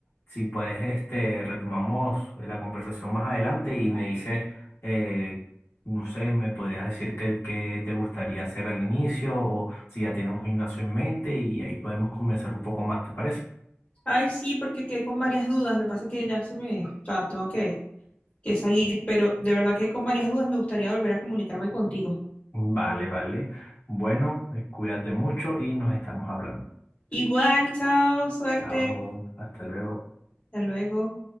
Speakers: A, on the left; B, on the left.
A: si puedes, este, retomamos la conversación más adelante y me dices, eh, no sé, me podrías decir qué, qué te gustaría hacer al inicio o si ya tienes un gimnasio en mente y ahí podemos comenzar un poco más, ¿te parece?
B: Ay, sí, porque quedé con varias dudas. Lo que pasa es que ya se me. O sea, tengo que. que salir, pero de verdad que con varias dudas me gustaría volver a comunicarme contigo.
A: Vale, vale. Bueno, eh, cuídate mucho y nos estamos hablando.
B: Igual, chao, suerte,
A: Chao, hasta luego.
B: hasta luego.